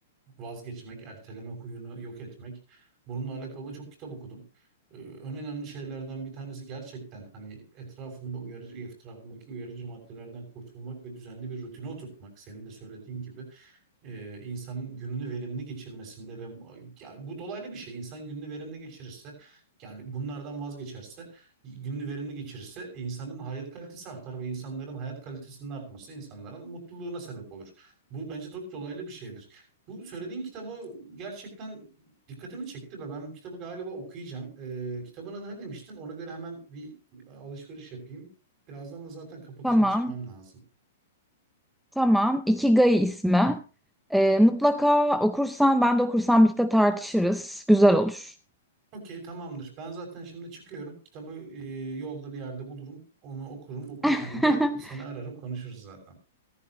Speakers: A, on the right; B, in the centre.
A: vazgeçmek, erteleme huyunu yok etmek. Bununla alakalı da çok kitap okudum. Ee, En önemli şeylerden bir tanesi gerçekten hani etrafında uyarıcı, etrafındaki uyarıcı maddelerden kurtulmak ve düzenli bir rutine oturtmak. Senin de söylediğin gibi e, insanın gününü verimli geçirmesinde ve yani bu dolaylı bir şey. İnsan gününü verimli geçirirse yani bunlardan vazgeçerse gününü verimli geçirirse insanın hayat kalitesi artar ve insanların hayat kalitesinin artması insanların mutluluğuna sebep olur. Bu bence çok dolaylı bir şeydir. Bu söylediğin kitabı gerçekten dikkatimi çekti ve ben bu kitabı galiba okuyacağım. Ee, kitabın adı ne demiştin? Ona göre hemen bir alışveriş yapayım. Birazdan da zaten kapatacağım,
B: Tamam.
A: çıkmam lazım.
B: Tamam. Ikigai ismi. Eee, mutlaka okursan ben de okursam birlikte tartışırız. Güzel olur.
A: Okey, tamamdır. Ben zaten şimdi çıkıyorum. Kitabı e, yolda bir yerde bulurum. Onu okurum. Okurken
B: <laughs>
A: de seni ararım, konuşuruz zaten.